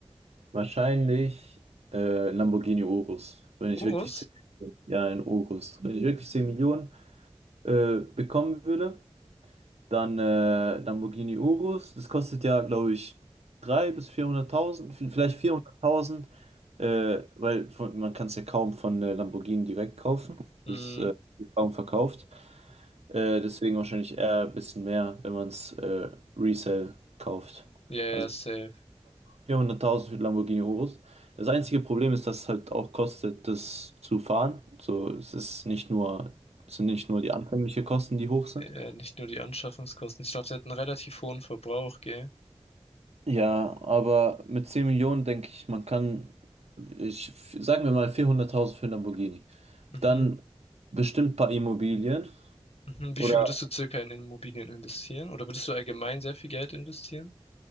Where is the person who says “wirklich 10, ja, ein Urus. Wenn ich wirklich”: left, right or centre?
Right